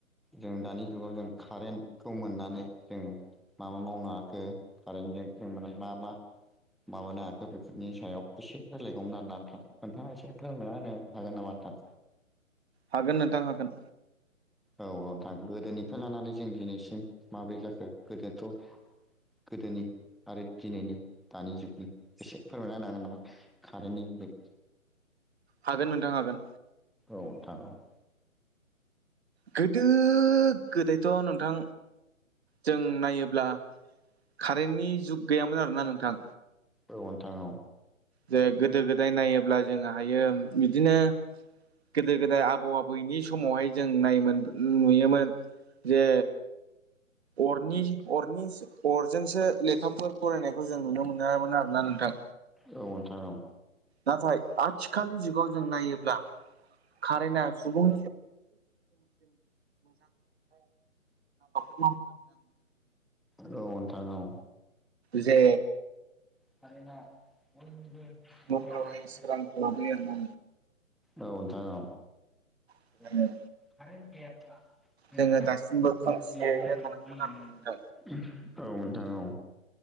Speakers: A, in the centre; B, on the right.
A: जों दानि जुगाव जों कारेन्टखौ मोननानै जों मा मा मावनो हाखो कारेन्टजों जों माने मा मा माबानो हाखो बेफोरनि सायाव इसे रायलायगौमोन ना नोंथां नोंथाङा एसे फोरमायना होनो हागोन नामा नोंथां?
B: हागोन नोंथां हागोन।
A: औ औ नोंथां गोदोनिफ्राय लानानै जों दिनैसिम माब्रै जाखो गोदोथ' गोदोनि आरो दिनैनि दानि जुगनि इसे फोरमायना होनो हागोन नामा कारेन्टनि बे
B: हागोन नोंथां हागोन
A: औ थां औ
B: गोदो गोदायथ' नोंथां जों नायोब्ला कारेन्टनि जुग गैयामोन आरो ना नोंथां।
A: औ नोंथां औ
B: जे गोदो गोदाय नायोब्ला जोङो हायोम बिदिनो गोदो गोदाय आबौ आबैनि समावहाय जों नायोमोन नुयोमोन जे अरनि अरनि अरजोंसो लेखाफोर फरायनायखौ जों नुनो मोनामोन आरोना नोंथां
A: औ नोंथां औ
B: नाथाय आथिखालनि जुगाव जों नायोब्ला खारेना सुबुं <unintelligible>
A: औ थां औ
B: जे
A: कारेन्टआ बयनिबो न'खरावहाय
B: न'फोरावहाय
A: <unintelligible>
B: सोरांखौ लाबोयो आरोना
A: औ नोंथां औ
B: नोंथां
A: औ कारन्ट गैयाब्ला
B: जोङो
A: जां
B: दासिमबो
A: <unintelligible> खोमसियैनो
B: थानांगौमोन आरोना नोंथां
A: <unintelligible> औ नोंथां औ।